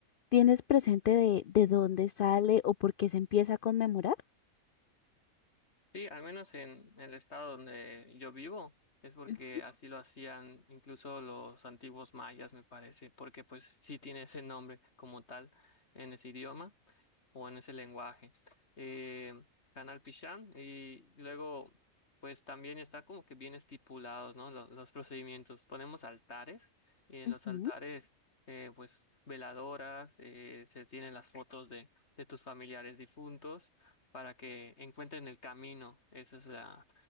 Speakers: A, on the left; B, on the left.
A: ¿tienes presente de, de dónde sale o por qué se empieza a conmemorar?
B: Sí, al menos en, el estado donde yo vivo, es porque
A: Ujú,
B: así lo hacían incluso los antiguos mayas, me parece, porque pues sí tiene ese nombre como tal en ese idioma. o en ese lenguaje. Eh, Canal Pichán y luego pues también está como que bien estipulados, ¿no? Lo- Los, procedimientos. Ponemos altares y en
A: ujú,
B: los altares eh, pues veladoras, eh, se tienen las fotos de, de tus familiares difuntos para que encuentren el camino. Esa es la...